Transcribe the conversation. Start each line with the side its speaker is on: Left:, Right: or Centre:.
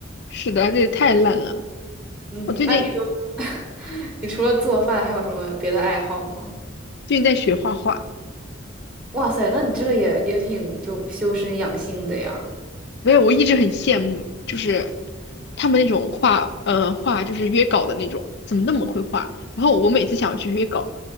Left: 是的，这也太烂了。
Centre: 嗯，
Left: 我最近
Centre: 那你就 <laughs> 你除了做饭还有什么别的爱好吗？
Left: 最近在学画画，
Centre: 哇塞，那你这个也也挺就修身养性的呀。
Left: 没有，我一直很羡慕，就是他们那种画，呃，画就是约稿的那种，怎么那么会画？然后我每次想要去约稿，